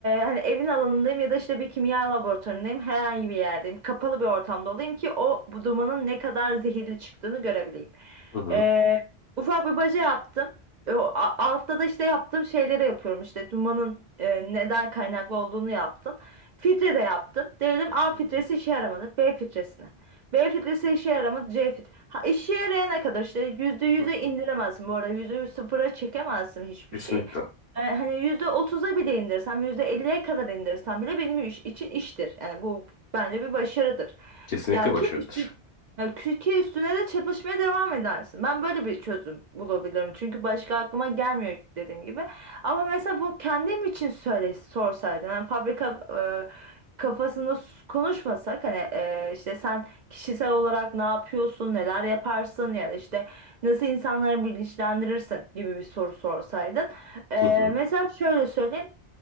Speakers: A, on the right; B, on the left.
A: hani evin alanındayım ya da işte bir kimya laboratuvarındayım, herhangi bir yerdeyim. Kapalı bir ortamda olayım ki o bu dumanın ne kadar zehirli çıktığını görebileyim.
B: Hı hı.
A: E, ufak bir baca yaptım. E, o- a- altta da işte yaptığım şeyleri yapıyorum. İşte dumanın e, neden kaynaklı olduğunu yaptım. Filtre de yaptım. Diyelim A
B: Hı
A: filtresi
B: hı.
A: işe yaramadı. B filtresine. B filtresi işe yaramadı. C filtresi. Ha, işe yarayana kadar işte yüzde yüze
B: Hı hı.
A: indiremezsin bu arada yüzde sıfıra çekemezsin hiçbir
B: Kesinlikle.
A: şeyi. Ee, hani yüzde otuza bile indirsem yüzde elliye kadar indirsem bile benim iş, için iştir. Yani bu bence bir başarıdır.
B: Kesinlikle
A: Gel
B: başarıdır.
A: ki üstü ya ki üstüne de çalışmaya devam edersin. Ben böyle bir çözüm bulabilirim. Çünkü başka aklıma gelmiyor dediğim gibi. Ama mesela bu kendim için söyle sorsaydın. Yani fabrika e, kafasında s- konuşmasak hani e, işte sen Kişisel olarak ne yapıyorsun, neler yaparsın ya da işte nasıl insanları bilinçlendirirsin gibi bir soru sorsaydın. Ee,
B: Hı hı.
A: mesela şöyle söyleyeyim.